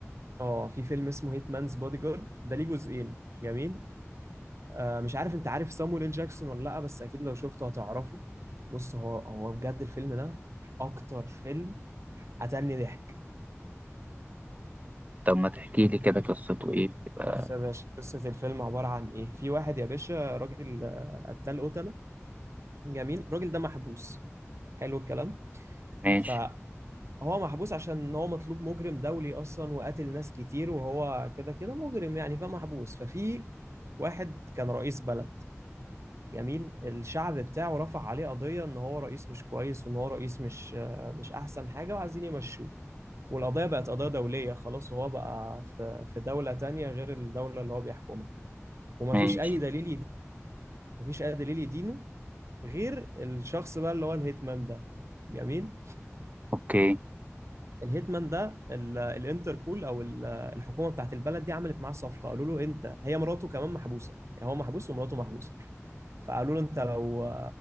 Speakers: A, on the right; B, on the right.
A: اه في فيلم اسمه هيتمانز بودي جارد ده ليه جزئين جميل آه مش عارف انت عارف صامويل إل جاكسون ولا لا بس اكيد لو شفته هتعرفه بص هو هو بجد الفيلم ده اكتر فيلم قتلني ضحك
B: طب ما تحكي لي كده قصته ايه بتبقى
A: بس يا باشا قصة الفيلم عبارة عن إيه؟ في واحد يا باشا راجل آه، قتال قتلة جميل، الراجل ده محبوس حلو الكلام
B: ماشي
A: فهو محبوس عشان هو مطلوب مجرم دولي أصلا وقتل ناس كتير وهو كده كده مجرم يعني فمحبوس ففي واحد كان رئيس بلد جميل الشعب بتاعه رفع عليه قضية إن هو رئيس مش كويس وإن هو رئيس مش آه، مش أحسن حاجة وعايزين يمشوه والقضية بقت قضية دولية خلاص وهو بقى في في دولة تانية غير الدولة اللي هو بيحكمها ومفيش
B: ماشي
A: أي دليل مفيش اي دليل يدينه غير الشخص بقى اللي هو الهيتمان ده جميل
B: اوكي
A: الهيتمان ده ال- الانتربول او ال- الحكومه بتاعت البلد دي عملت معاه صفقه قالوا له انت هي مراته كمان محبوسه يعني هو محبوس ومراته محبوسه فقالوا له انت لو